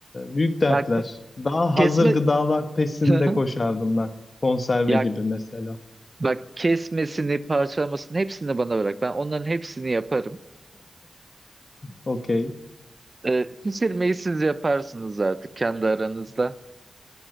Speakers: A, on the left; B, on the right.
A: büyük dertler.
B: Bak
A: Daha
B: kesme
A: hazır gıdalar pesinde
B: <laughs>
A: koşardım ben. Konserve
B: ya
A: gibi mesela.
B: bak kesmesini parçalamasını hepsini bana bırak. Ben onların hepsini yaparım.
A: Okey.
B: E, pişirmeyi siz yaparsınız artık kendi aranızda.